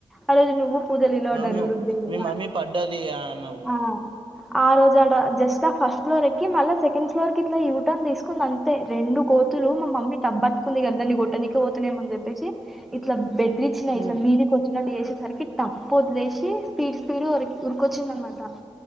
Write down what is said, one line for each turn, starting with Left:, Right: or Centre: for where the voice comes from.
Centre: ఆ రోజు నువ్వు పూజలు ఇలా
Right: అవును
Centre: డరుడు దేవి
Right: మీ మమ్మీ
Centre: ఆడ
Right: పడ్డది అన్నావు
Centre: ఆ ఆ రోజు అడా జస్ట్ ఆ ఫస్ట్ ఫ్లోర్ ఎకి మళ్ళా సెకండ్ ఫ్లోర్ కి ఇట్లా యూటర్న్ తీసుకుంది అంతే రెండు కోతులు మా మమ్మీ టబ్బట్ కుంది దాన్ని కోట్టనికి పోతున్నాయమని చెప్పేసి ఇట్లా బెదిరించినాయి
Right: హ్మ్.
Centre: ఇట్లా మీదికి వచ్చినట్టు చేసేసరికి టప్పు వదిలేసి స్పీడ్ స్పీడ్ ఉరికి ఉరికొచ్చింది అనమాట